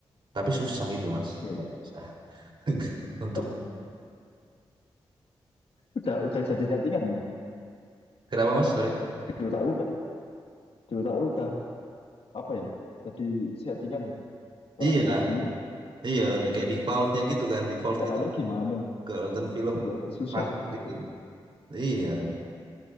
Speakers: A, on the right (about 55°); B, on the left (about 65°).
A: tapi susah gitu mas
B: ya, ya.
A: Susah. <laughs> untuk
B: Udah, udah udah jadi settingan
A: kenapa mas sorry
B: di otak udah di otak udah apa ya jadi settingan kalau
A: iya
B: film ini
A: Iya, udah kayak defaultnya gitu kan. Default
B: caranya
A: kita
B: gimana
A: kalau nonton film
B: ya susah
A: Pas.
B: sih gitu
A: bikin. Iya,